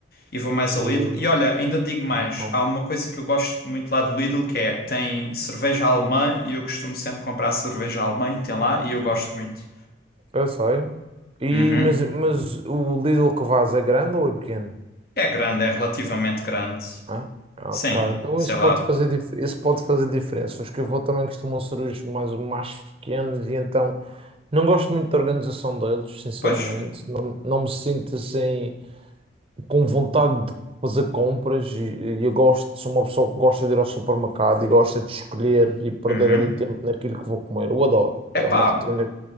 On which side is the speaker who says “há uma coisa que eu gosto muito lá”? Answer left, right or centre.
Left